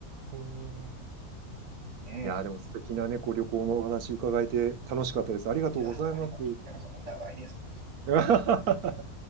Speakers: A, on the right (about 75°); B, on the right (about 50°).
A: うん。
B: すね。
A: いやー、でも素敵なね、こう旅行のお話伺えて楽しかったです。ありがとうございます。
B: いや、ありがとうございます。お互いです。
A: <laughs>